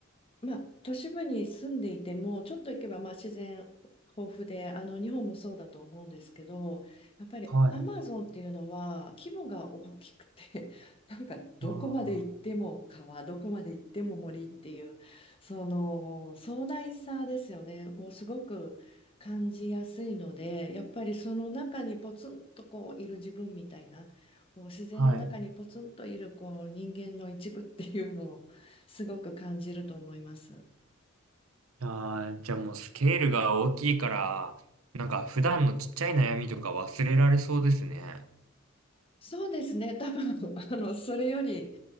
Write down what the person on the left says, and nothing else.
まあ、都市部に住んでいても、ちょっと行けばまあ自然豊富で、あの日本もそうだと思うんですけど、やっぱりアマゾンっていうのは規模が大きくて、
<laughs> なんかどこまで行っても川、
どこまで行っても森っていう、その壮大さですよね、もうすごく感じやすいので、やっぱりその中にポツンとこういる自分みたいな、こう自然の中にポツンといるこう人間の一部っていうのをすごく感じると思います。
そうですね、多分 <laughs> あのそれより